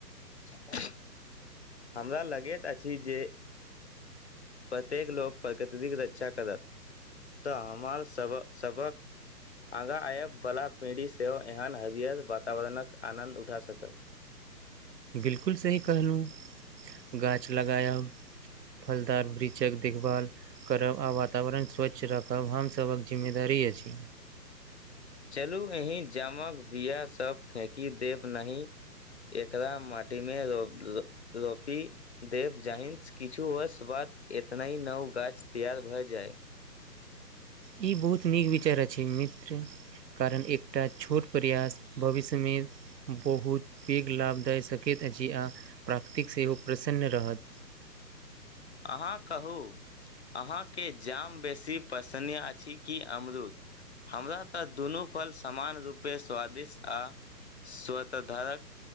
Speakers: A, on the left; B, on the right.
A: छै नै। हमरा लगैत अछि जे प्रत्येक लोक प्रकृतितिक रक्षा करत। तऽ हमार सब सबक आगाँ आयबवला पीढ़ी सेहो एहन हरियर वातावरणक आनन्द उठा सकत।
B: बिल्कुल सही कहलुं। गाछ लगायब फलदार वृक्षक देखभाल करब आ वातावरण स्वच्छ राखब हमसभक जिम्मेदारी अछि।
A: चलू एहीं जामक बिया सब फेंकि देब नही एकरा माटी मे रो रो रोपी देब जाहिंस किछु वर्ष बाद एतना ही नव गाछ तैयार भए जाय।
B: ई बहुत नीक विचार अछि मित्र, कारण एकटा छोट प्रयास भविष्य में बहुत पैघ लाभ दय सकैत अछि आ प्राकृतिक सेहो प्रसन्न रहत।
A: अहाँ कहू। अहाँके जाम बेसी पसन्न अछि की अमरुद? हमरा तऽ दुनू फल समान रूपे स्वादिष्ट आ स्वतःधारक